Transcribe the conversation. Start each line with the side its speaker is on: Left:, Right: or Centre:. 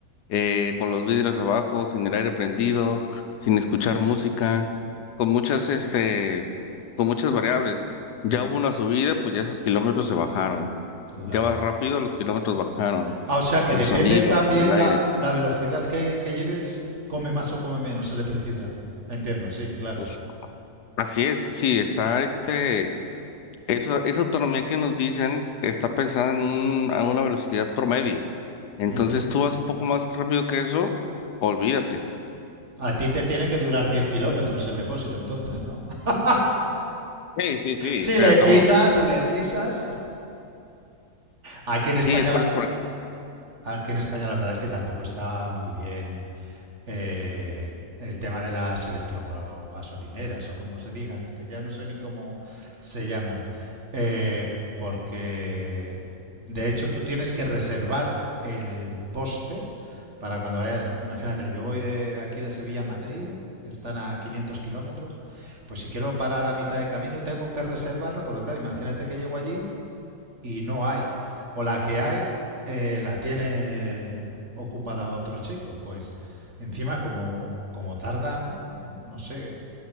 Left: eh, con los vidrios abajo, sin el aire prendido, sin escuchar música, con muchas, este, con muchas variables. Ya hubo una subida, pues ya esos kilómetros se bajaron.
Right: Claro.
Left: Ya vas rápido, los kilómetros bajaron.
Right: Ah, o sea que
Left: El
Right: depende
Left: sonido,
Right: también
Left: el aire.
Right: la, la velocidad que, que lleves, come más o come menos electricidad. Entiendo, sí, claro.
Left: Pues, así es, sí, está este, eso, esa autonomía que nos dicen está pensada en un, a una velocidad promedio. Entonces
Right: Ujú.
Left: tú vas un poco más rápido que eso, olvídate.
Right: A ti te tiene que durar 10 kilómetros el depósito, entonces, ¿no? <laughs>
Left: Sí, sí, sí,
Right: Si
Left: o sea,
Right: le
Left: no.
Right: pisas, si le pisas. Aquí en
Left: Sí,
Right: España
Left: es por
Right: la-
Left: eso, por
Right: Aquí en España la verdad es que tampoco está muy bien eh, el tema de las electrogasolineras o como se digan, que ya no sé ni cómo se llaman, eh, porque de hecho tú tienes que reservar el poste para cuando vayas, imagínate, yo voy de aquí de Sevilla a Madrid, que están a 500 kilómetros, pues si quiero parar a mitad de camino tengo que reservarla, porque claro, imagínate que llego allí y no hay. O la que hay eh, la tiene ocupada otro chico. Pues encima como, como tardan, no sé,